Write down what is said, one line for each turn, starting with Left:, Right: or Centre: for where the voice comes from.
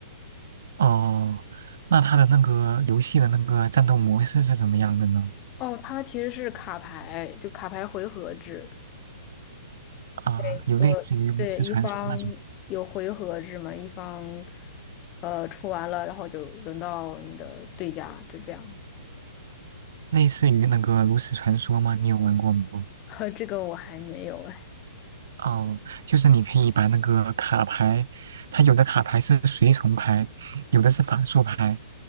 Right: 哦，那它的那个游戏的那个战斗模式是怎么样的呢？
Left: 哦，它其实是卡牌，就卡牌回合制，
Right: 啊，
Left: 每个对一方有回合制嘛，
Right: 有类似于炉石传说那种，
Left: 一方呃出完了，然后就轮到你的对家，就这样。
Right: 类似于那个炉石传说吗？你有玩过吗？
Left: <laughs> 呵这个我还没有哎。
Right: 哦，就是你可以把那个卡牌，它有的卡牌是随从牌，有的是法术牌。